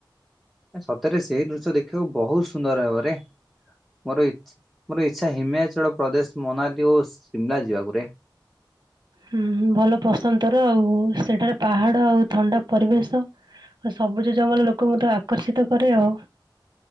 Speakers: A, in the centre; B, on the right.
A: ସତରେ ସେଇ ଦୃଶ୍ୟ ଦେଖିବାକୁ ବହୁତ ସୁନ୍ଦର ହେବ ରେ। ମୋର ଇଚ୍ଛା ମୋର ଇଚ୍ଛା ହିମାଚଳ ପ୍ରଦେଶ ମନାଲି ଓ ସିମଲା ଯିବାକୁ ରେ।
B: ହ <inaudible> ହୁଁ ହୁଁ ଭଲ ପସନ୍ଦ ତୋର ଆଉ ସେଠାରେ ପାହାଡ ଆଉ ଥଣ୍ଡା ପରିବେଶ। ଆଉ ସବୁଜ ଜଙ୍ଗଲ ଲୋକଙ୍କୁ ତ ଆକର୍ଷିତ କରେ ଆଉ।